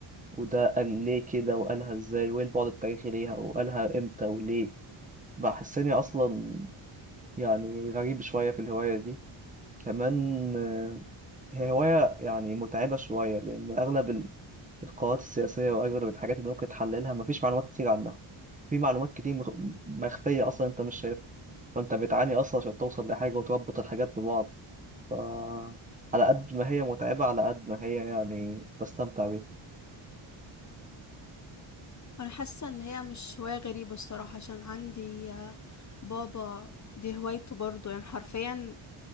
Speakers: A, on the right; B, on the left.
A: وده قال ليه كده وقالها إزاي وإيه البعد التاريخي ليها وقالها إمتى وليه بحسني أصلا يعني غريب شوية في الهواية دي كمان آه، هي هواية يعني متعبة شوية لأن أغلب ال- القرارات السياسية وأغلب الحاجات اللي ممكن تحللها مفيش معلومات كتير عنها في معلومات كتير مخ- مخفية أصلا أنت مش شايفها فأنت بتعاني أصلا عشان توصل لحاجة وتربط الحاجات ببعض ف على قد ما هي متعبة على قد ما هي يعني بستمتع بيها
B: انا حاسه ان هي مش هوايه غريبه الصراحه عشان عندي آه، بابا دي هوايته برضه يعني حرفيا